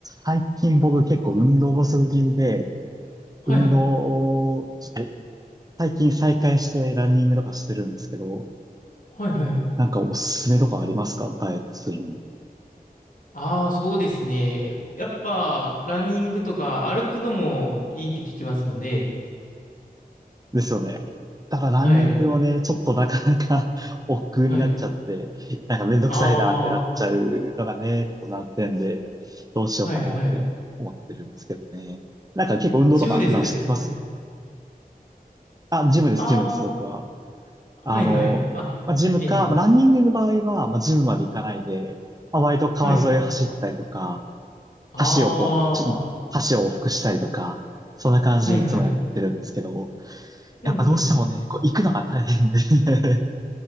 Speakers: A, on the right (about 25°); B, on the left (about 60°).
A: 最近僕結構運動不足気味で、
B: はい、
A: 運動をちょっと最近再開してランニングとかしてるんですけど、
B: はい、はい。
A: なんかおすすめとかありますかダイエットするのに。
B: ああ、そうですね。やっぱ、ランニングとか歩くのもいいって聞きますよね。
A: ですよね。だからランニングをね、
B: はい、
A: ちょっとなかなか <laughs> 億劫になっちゃって、
B: はい。
A: なんかめんどくさいなってなっちゃうのがね、
B: あ
A: ちょっと難点で、どうしようかなって思ってるんですけどね。
B: あ、はい、はい。
A: なんか結構運動とか普段してます
B: ジムでされるんですかはい。
A: あ、ジムです、
B: ああ、
A: ジムです、僕は。あの、
B: はい、はい。あ、
A: まあ、ジムか、
B: ええ、
A: まあランニングの場合は、まあ、ジムまで行かないで、まあ、割と川沿い走ったりとか、
B: はい。あ
A: 橋をこう、ちょっと橋を往復したりとか、そんな感じでいつもやってるんですけど、
B: あ、はい、はい。うん、
A: やっぱどうしてもね、
B: うん。
A: こう行くのが大変で <laughs>